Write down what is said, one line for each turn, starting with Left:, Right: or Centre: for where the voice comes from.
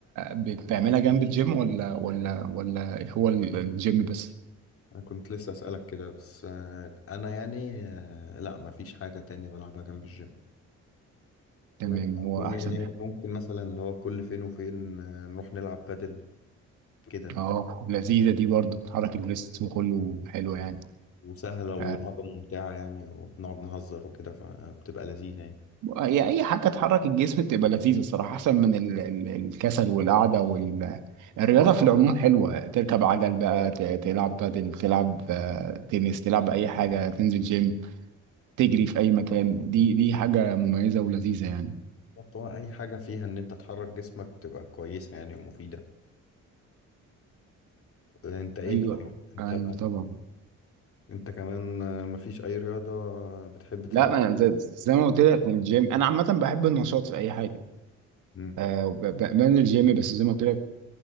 Right: بتعملها جنب الجيم ولا ولا ولا هو ال- الجيم بس
Left: انا كنت لسه اسألك كده بس آه، انا يعني آه، لا مفيش حاجة تانية بلعبها جنب الجيم
Right: تمام
Left: بس-
Right: هو
Left: ويعني
Right: احسن
Left: ممكن مثلا اللي هو كل فين وفين آه، نروح نلعب بادل كده
Right: اه لذيذه دي برضه بتحرك الجسم كله حلوه يعني
Left: وسهلة ولعبة
Right: آه،
Left: ممتعة يعني وبنقعد نهزر وكده فبتبقى لذيذة يعني
Right: هي اي حاجه تحرك الجسم بتبقى لذيذه الصراحه احسن من ال- ال- الكسل والقعده وال الرياضه في العموم حلوه تركب عجل بقى ت- تلعب بدل تلعب آه، تنس تلعب اي حاجه تنزل جيم تجري في اي مكان دي دي حاجه مميزه ولذيذه يعني
Left: بالظبط هو اي حاجة فيها ان انت تحرك جسمك تبقى كويسة يعني ومفيدة انت ايه
Right: ايوه
Left: طيب انت
Right: ايوه طبعا
Left: انت كمان آه، مفيش اي رياضة بتحب تلعبها
Right: لا ما أنا زي, زي ما قلت لك من الجيم انا عامه بحب النشاط في اي حاجه
Left: مم.
Right: أه ب- ب- بنزل جيم بس زي ما قلت لك